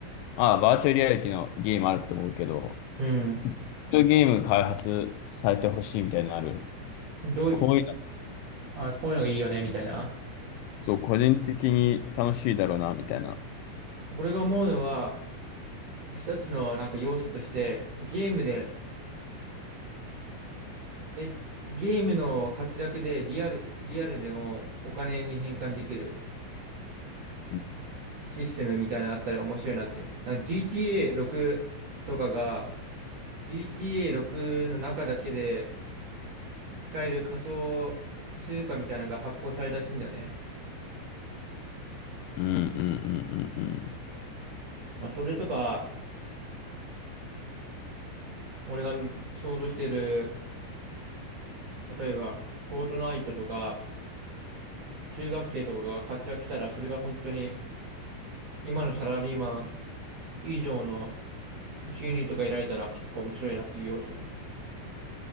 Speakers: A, on the left; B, on the right.
A: ああ、バーチャルリアリティのゲームあると思うけど、
B: うん。
A: そういうゲーム開発されてほしいみたいなのある。
B: どういう、
A: こういうの
B: あ、こういうのがいいよね、みたいな。
A: そう、個人的に楽しいだろうな、みたいな。
B: 俺が思うのは、一つのなんか要素として、ゲームで、え、ゲームの活躍でリアル、リアルでもお金に変換できる
A: うん
B: システムみたいなのがあったら面白いなっていう。なんか GTA6 とかが、GTA6 の中だけで使える仮想通貨みたいなのが発行されたらしいんだよね。
A: うんうんうん
B: まあ、それとか、俺が想像してる例えば、フォートナイトとか、中学生とかが活躍したら、それが本当に、今のサラリーマン以上の収入とか得られたら結構面白いなっていう要素。